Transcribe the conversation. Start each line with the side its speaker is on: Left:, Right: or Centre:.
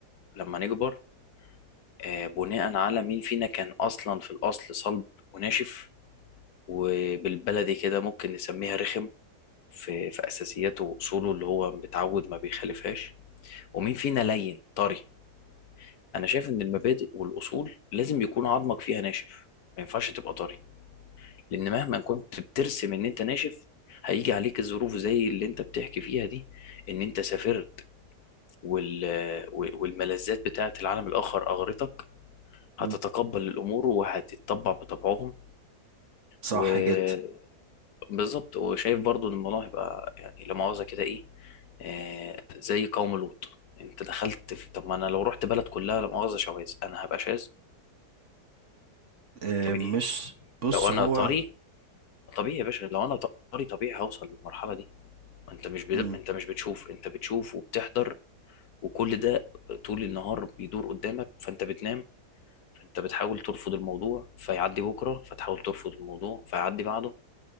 Left: لما نكبر آه، بناء على مين فينا كان اصلا في الاصل صلب وناشف وبالبلدي كده ممكن نسميها رخم في في اساسياته واصوله اللي هو متعود ما بيخالفهاش ومين فينا لين طري انا شايف ان المبادئ والاصول لازم يكون عظمك فيها ناشف ما ينفعش تبقى طري لان مهما كنت بترسم ان انت ناشف هيجي عليك الظروف زي اللي انت بتحكي فيها دي ان انت سافرت وال... والملذات بتاعه العالم الاخر اغرتك
Right: مم.
Left: هتتقبل الامور وهتتطبع بطبعهم
Right: صح
Left: و...
Right: جدا
Left: بالظبط وشايف برضو ان الموضوع هيبقى يعني لا مؤاخذة كده ايه آه زي قوم لوط انت دخلت في طب ما انا لو رحت بلد كلها لا مؤاخذة شواذ انا هبقى شاذ
Right: اه
Left: طبيعي
Right: مش بص
Left: لو انا
Right: هو
Left: طري طبيعي يا باشا لو انا طري طبيعي هوصل للمرحلة دي ما انت مش بد...
Right: مم.
Left: ما انت مش بتشوف انت بتشوف وبتحضر وكل ده طول النهار بيدور قدامك فانت بتنام فانت بتحاول ترفض الموضوع فيعدي بكرة فتحاول ترفض الموضوع فيعدي بعده